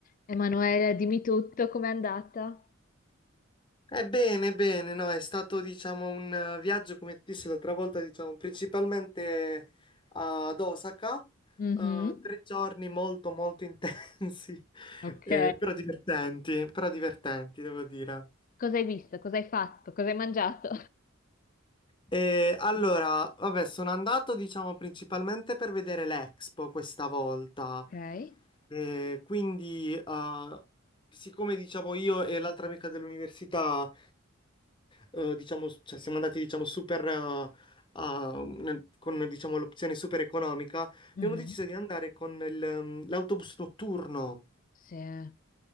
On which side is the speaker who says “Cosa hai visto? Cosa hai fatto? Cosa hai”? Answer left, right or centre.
Left